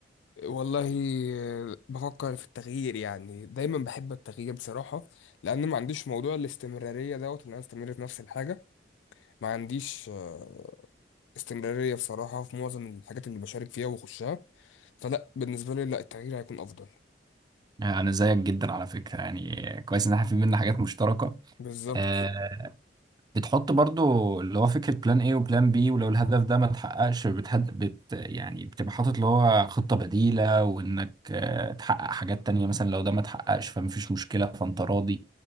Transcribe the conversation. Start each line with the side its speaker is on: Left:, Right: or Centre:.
Left: والله آه، بفكر في التغيير يعني دايما بحب التغيير بصراحة لأن ما عنديش موضوع الاستمرارية دوت إن أنا أستمر في نفس الحاجة ما عنديش آه، استمرارية بصراحة في معظم الحاجات اللي بشارك فيها وأخشها فلا بالنسبة لي لا التغيير هيكون أفضل
Right: آه، أنا زيك جدا على فكرة يعني كويس إن إحنا في بينا حاجات مشتركة
Left: بالظبط
Right: آه، بتحط برضو اللي هو فكرة بلان ايه وبلان بي ولو الهدف ده ما اتحققش بتهد بت يعني بتبقى حاطط اللي هو خطة بديلة وانك آه، تحقق حاجات تانية مثلا لو ده ما اتحققش فمفيش مشكلة فانت راضي